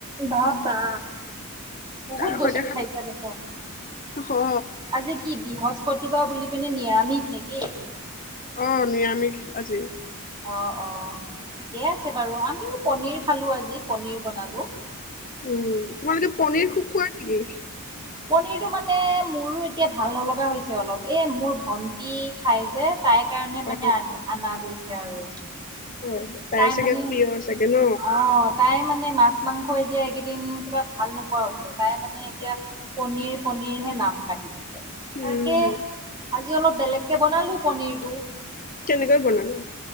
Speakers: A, on the right; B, on the left.
A: বাপ বা বহুত
B: তাৰ
A: বস্তু
B: সৈতে খালো
A: খাইছা দেখোন
B: অ
A: আজি কি বৃহস্পতিবাৰ বুলি পিনে নিৰামিষ নেকি
B: অ নিৰামিষ আজি
A: অ অ ঠিকে আছে বাৰু আমিও পনিৰ খালো আজি পনিৰ বনালো
B: উম তোমালোকে পনিৰ খুব খোৱা নেকি
A: পনীৰটো মানে মোৰো এতিয়া ভাল নলগা হৈছে অলপ এ মোৰ ভন্টি খাই যে তাই কাৰণে
B: অ',
A: মানে আ অনা গৈছে আৰু।
B: হয়, হয়।
A: তাই
B: চাগে
A: মানে
B: প্ৰিয় চাগে ন?
A: অ তাই মানে মানে মাছ মাংস এতিয়া এইকেইদিন কিবা ভাল নোপোৱা হৈছে, তাই মানে এতিয়া পনিৰ পনিৰ হে নাম কাঢ়ি থাকে।
B: উম,
A: তাকে আজি অলপ বেলেগকে বনালো পনিৰটো।
B: কেনেকৈ বনালা?